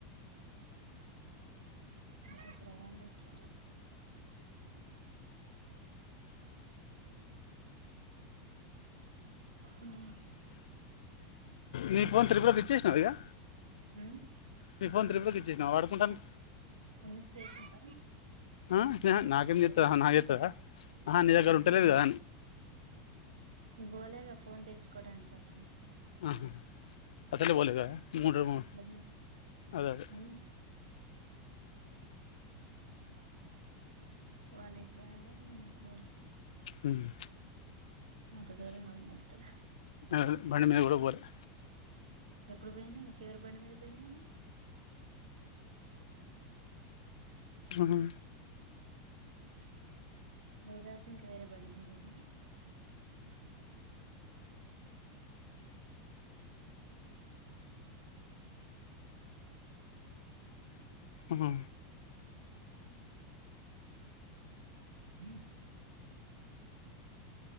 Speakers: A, on the right (about 85°); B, on the left (about 80°).
A: అ రావాండచ్చా. హ్మ్మ్
B: నీ ఫోన్ త్రిపురాకిి ఇచ్చేసిన ఇడా.
A: హ్మ్మ్
B: నీ ఫోన్ త్రీబుల కి ఇచ్చేసినావా వాడుకుంటానీ.
A: ఎందుకు చేసిందా.
B: ఆ నాకేం చెత్తదా
A: చే
B: నాక్ చెత్తదా ఆహా నీ
A: ఆ
B: దగ్గర ఉంటెలేదా.
A: నేను బోలెగా ఫోన్ తెచ్చుకోవడానికి అసలు.
B: ఆహా అసలు బోలేదా. మూడ్రు మూ
A: అసలు బోలే
B: అదే అదే.
A: ఉమ్ వాళ్ళ్ ఇట్రాల నేను అటు బోలె.
B: హ్మ్మ్
A: అంతా దూరం ఎవరు నడుత్తరు.
B: అదే బండి మీద కూడా పోలా.
A: ఎప్పుడు పోయినా ఇంకెవరి బండి మీద పోయినా నేను.
B: ఆహా
A: నువ్వు గాక ఇంకా వేరే బండి మీద పోయినా.
B: ఆహా.
A: హ